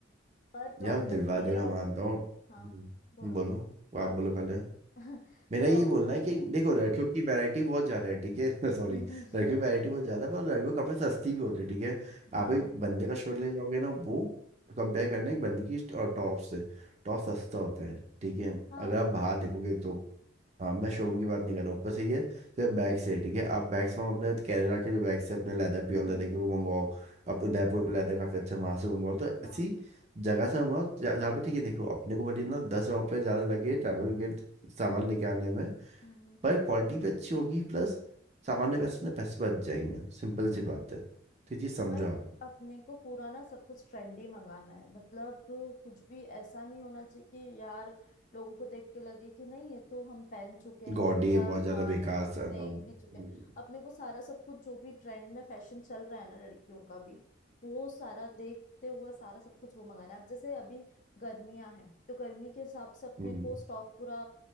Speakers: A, on the left; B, on the right.
A: पर प्रॉब्लम
B: यार दिलवा
A: ये
B: देगा
A: आ
B: मानता
A: रही है ना
B: हूँ
A: हाँ
B: हम्म,
A: बोलो
B: बोलो
A: बोलो
B: आप
A: आप
B: बोलो
A: बोलो
B: पहले
A: <laughs>
B: मेरा
A: प्रॉब्लम
B: ये बोलना है कि
A: है ना
B: देखो लड़कियों की वैरायटी बहुत ज्यादा है ठीक है <laughs> सॉरी
A: हम्म हम्म, <laughs>
B: लड़कियों की वैरायटी
A: कोई बात
B: बहुत ज्यादा है पर लड़कियों के कपड़े सस्ती भी होती है ठीक है
A: हाँ
B: आप एक बंदे का शर्ट ले जाओगे ना वो कंपेयर करना एक बंदे की और टॉप से टॉप सस्ता होता है ठीक है
A: हाँ
B: अगर आप
A: वो
B: बाहर
A: बात
B: देखोगे
A: तो
B: तो हाँ मैं शोरूम की बात नहीं कर रहा हूँ ऊपर से ये सिर्फ बैग्स है ठीक है आप बैग्स में अपने केरला के जो बैग्स है अपने लेदर प्योर लेदर
A: हम्म
B: के
A: हम्म
B: वो मंगवाओ
A: हम्म
B: अपने उदयपुर में लेदर काफ़ी अच्छा है, वहाँ से मंगवाओ तो
A: हाँ
B: ऐसी जगह से मंगवाओ जहाँ जहाँ पे ठीक है देखो अपने को भले ना दस रुपये ज़्यादा लगे ट्रैवल सामान लेके आने में
A: हम्म हम्म
B: पर क्वालिटी भी अच्छी होगी प्लस सामान्य पैसे ना पैसे बच जाएंगे सिंपल सी बात है तो ये चीज़ समझो
A: बट
B: आप
A: अपने को पूरा ना सब कुछ ट्रेंडी मंगाना है मतलब कुछ भी ऐसा नहीं होना चाहिए कि यार लोगों को देख के लगे कि नहीं ये तो हम पहन चुके
B: गॉडी
A: हैं या
B: ये बहुत ज़्यादा
A: हाँ
B: बेकार
A: ये
B: सा
A: देख
B: हाँ हम्म,
A: भी चुके हैं अपने को सारा सब कुछ जो भी ट्रेंड में फैशन चल रहा है ना लड़कियों का भी वो सारा देखते हुए सारा सब कुछ वो मंगाना है अब जैसे अभी गर्मियां हैं तो गर्मी के हिसाब से अपने
B: हम्म।
A: को स्टॉक पूरा